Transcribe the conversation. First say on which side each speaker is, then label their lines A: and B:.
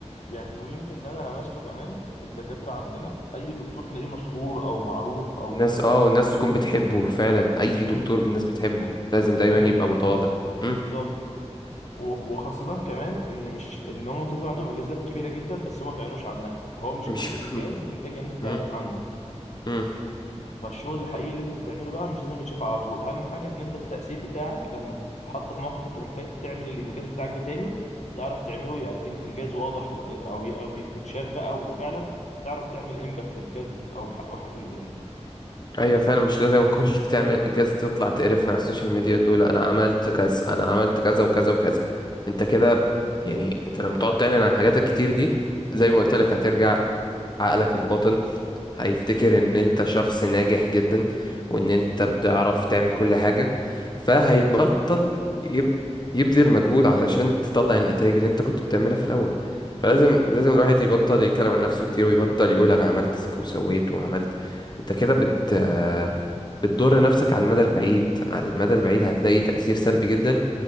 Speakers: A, on the left; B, on the left.
A: يعني ويمكن ده انا لمسته كمان في الدكاتره عندنا اي دكتور تلاقيه مشهور او معروف او
B: الناس
A: ان هو
B: اه والناس تكون بتحبه فعلا اي
A: امم
B: دكتور الناس بتحبه لازم دايما
A: دي حقيقة
B: يبقى متواضع
A: بالظبط
B: مم.
A: و- وخاصة كمان ان مش ان هم ممكن يكون عندهم انجازات كبيرة جدا بس هم ما بيعلنوش عنها فهو مش
B: مش
A: كل
B: <laughs>
A: انجاز محتاج ان انت تعلن
B: مم.
A: عنه
B: مم.
A: فالشغل الحقيقي اللي انت بتعمله بقى مش لازم يتشاف على طول اهم حاجه ان انت التاثير بتاعك لما تتحط في موقف انت محتاج تعمل الانجاز بتاعك ده تاني تعرف تعمله يبقى الانجاز واضح و... او يبقى متشاف بقى وفعلا تعرف تعمل امباكت بجد او بح... او حقيقي يعني
B: ايوه فعلا مش لازم كل <laughs> تعمل انجاز تطلع تقرفنا على السوشيال ميديا تقول انا عملت كذا انا عملت كذا وكذا وكذا انت كده يعني انت لما تقعد تعلن عن حاجاتك كتير دي زي ما قلت لك هترجع عقلك الباطن هيفتكر ان انت شخص ناجح جدا وان انت بتعرف تعمل كل حاجة فهيبطل يب... يبذل مجهود علشان تطلع النتائج اللي انت كنت بتعملها في الاول
A: بالظبط
B: فلازم لازم الواحد يبطل يتكلم عن نفسه كتير ويبطل يقول انا عملت وسويت وعملت انت كده بت بتضر نفسك على المدى البعيد على المدى البعيد هتلاقي تأثير سلبي جدا